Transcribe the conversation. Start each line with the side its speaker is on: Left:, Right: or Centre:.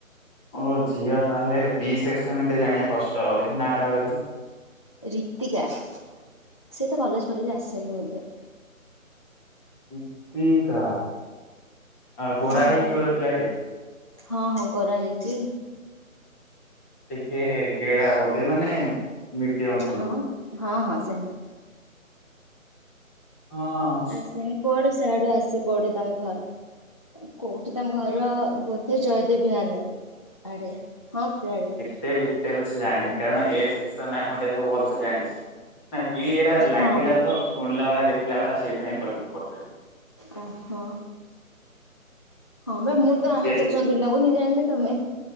Centre: ଓ ଝିଅ ତାହେଲେ ବି ସେକ୍ସନ ଟିକେ ଜାଣିବା କଷ୍ଟ ଦେଖି ନା ଟା କହିଲ?
Left: ରୀତିକା ସିଏ ଏତେ କଲେଜ ଫଲେଜ ଆସେନି ବୋଧେ।
Centre: ରୀତିକା ହଁ ଗୋରା
Left: ହଁ।
Centre: ହେଇକି ପିଲଟେ।
Left: ହଁ ହଁ ଗୋରା ହେଇକି।
Centre: ଟିକେ ଗେଡା ବୋଧେ ମାନେ ମିଡ଼ିୟମ୍।
Left: ହଁ ହଁ ହଁ ସେମତି।
Centre: ହଁ ହଁ।
Left: ଆସେନି କୁଆଡୁ ସେଆଡୁ ଆସେ କୋଉଠି ତାଙ୍କ ଘର। କୋଉଠି ତାଙ୍କ ଘର ବୋଧେ ଜୟଦେବ ବିହାର ଆଡେ ହଁ ସେଆଡେ।
Centre: ସେ ଡିଟେଲସ ଜାଣିନି କାରଣ ଏ ସେକ୍ସନ ନାଁ ମୁଁ ଟିକେ ଭଲସେ ଜାଣିଛି। ନା ବି ଏଇଟା ଲାଗିଲା
Left: ହଁ।
Centre: ତ ଶୁଣିଲା ଭଳିଆ ଦେଖିଲା ଭଳିଆ ସେଇଥିପାଇଁ କହିବି ପଚାରି।
Left: ଓହୋ ହଁ ବା ମୁଁ ତ ଆମ
Centre: ସେ
Left: ସେକ୍ସନ
Centre: ହେଇଥିବ।
Left: ପିଲାଙ୍କୁ ଜାଣିନି ତମେ